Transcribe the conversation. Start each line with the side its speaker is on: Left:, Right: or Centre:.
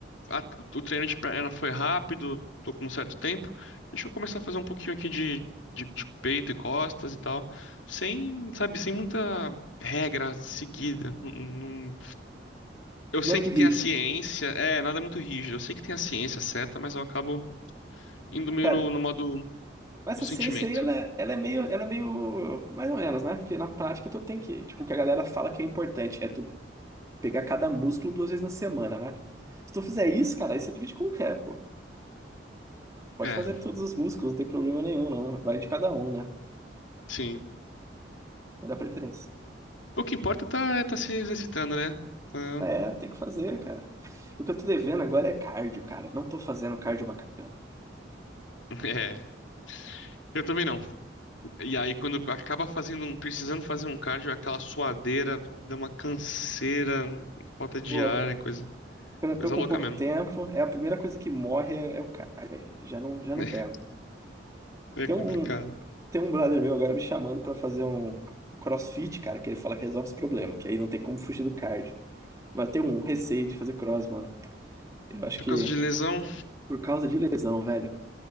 Left: a- o treino de perna foi rápido. Tô com um certo tempo. Deixa eu começar a fazer um pouquinho aqui de, de, de peito e costas e tal. Sem, sabe, sem muita regra seguida. Não. Eu
Right: Não
Left: sei
Right: é muito
Left: que
Right: rígido.
Left: tem a ciência, é, nada muito rígido. Eu sei que tem a ciência certa, mas eu acabo indo meio
Right: Cara,
Left: no, no modo
Right: Mas
Left: do
Right: essa
Left: sentimento.
Right: ciência aí, ela é, ela é meio, ela é meio, mais ou menos, né? Porque na prática tu tem que, tipo, o que a galera fala que é importante é tu pegar cada músculo duas vezes na semana, né? Se tu fizer isso, cara, aí você divide com o quê, pô? Pode
Left: É,
Right: fazer todos os músculos, não tem problema nenhum, não. Vai de cada um, né?
Left: sim.
Right: Vai dar preferência.
Left: O que importa tá, é tá se exercitando, né? Tá-
Right: É, tem que fazer, cara. O que eu tô devendo agora é cardio, cara. Não tô fazendo cardio bacana.
Left: <laughs> É, eu também não. E aí, quando acaba fazendo um, precisando fazer um cardio, é aquela suadeira, dá uma canseira, falta de
Right: Boa.
Left: ar, é coisa,
Right: Quando eu
Left: coisa
Right: tô com
Left: louca
Right: pouco
Left: mesmo.
Right: tempo, é a primeira coisa que morre é, é o cardio, velho. Já não, já
Left: <laughs>
Right: não pego.
Left: É, é
Right: Tem
Left: complicado.
Right: um, Tem um brother meu agora me chamando pra fazer um CrossFit, cara, que ele fala que resolve esse problema, que aí não tem como fugir do cardio. Mas eu tenho um receio de fazer cross, mano. Eu acho
Left: Por
Right: que
Left: causa de lesão,
Right: por causa de lesão, velho.